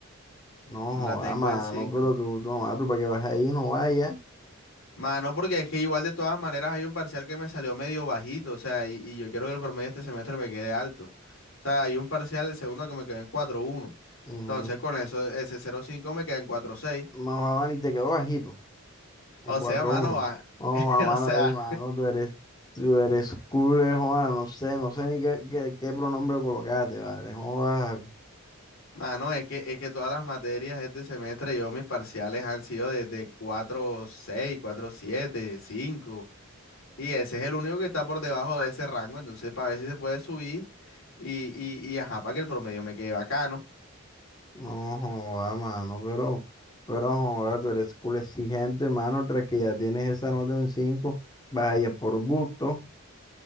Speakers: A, on the left (about 20°); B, on the left (about 70°).
A: No
B: la
A: joda,
B: tengo
A: mano,
B: en cinco
A: pero tú, tú, no, ah, tú para que vas ahí, no vaya.
B: Mano, porque es que igual de todas maneras hay un parcial que me salió medio bajito, o sea, y, y yo quiero que el promedio este semestre me quede alto. O sea, hay un parcial, el segundo que me quedó en cuatro coma uno
A: Ujú.
B: Entonces, con eso, ese cero coma cinco me queda en cuatro coma seis
A: No joda, mano, y te quedó bajito. En
B: O
A: cuatro
B: sea, mano,
A: uno
B: va-
A: No,
B: <laughs>
A: a mano,
B: o sea,
A: ey, mano, tú eres, tú eres cool, eh, joda, no sé, no sé ni qué, qué, qué pronombre colocaste, ¿vale? Joda,
B: mano, es que, es que todas las materias este semestre, yo mis parciales han sido de, de 4.6, siete cinco Y ese es el único que está por debajo de ese rango, entonces, para ver si se puede subir y, y, y ajá, para que el promedio me quede bacano.
A: no, joda, mano, pero, pero, no joda, tú eres cool, exigente, mano, tras que ya tienes esa nota en cinco vas a ir por gusto.